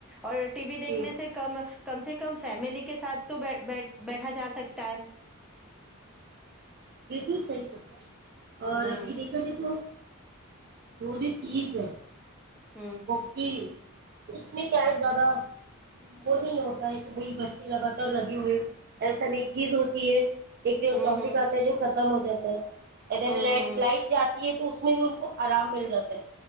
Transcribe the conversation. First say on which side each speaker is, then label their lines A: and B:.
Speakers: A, in the centre; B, on the right.
A: اور ٹی وی دیکھنے
B: جی
A: سے کم کم سے کم فیملی کے ساتھ تو بی بیٹھا جا سکتا ہے
B: بالکل صحیح کہ تھا <unintelligible> اور
A: ہوں
B: ابھی دیکھا جائے تو <unintelligible> وہ جو چیز ہے <inaudible>
A: ہوں
B: مکی بھی <inaudible> اس میں کیا زیادہ وہ نہیں ہوتا ہے کہ بھائی بچے لگاتار لگے ہوئے ایسا ن ایک چیز ہوتی ہے ایک جو
A: ہوں
B: ٹاپک
A: ہوں
B: ختم ہو جاتا ہیں دن
A: ہوں ہوں
B: لائٹ جاتی ہے تو تو اس میں بھی ان کو آرام مل جاتا ہے